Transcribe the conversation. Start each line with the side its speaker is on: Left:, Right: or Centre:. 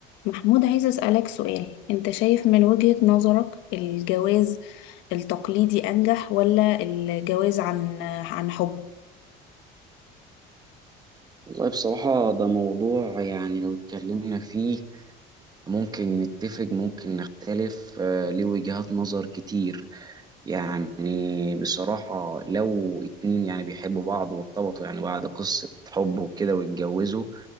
Left: محمود عايزة أسألك سؤال أنت شايف من وجهة نظرك الجواز التقليدي أنجح ولا الجواز عن عن حب؟
Right: والله بصراحة ده موضوع يعني لو اتكلمنا فيه ممكن نتفق ممكن نختلف آه، ليه وجهات نظر كتير يعني بصراحة لو اتنين يعني بيحبوا بعض وارتبطوا يعني بعد قصة حب وكده واتجوزوا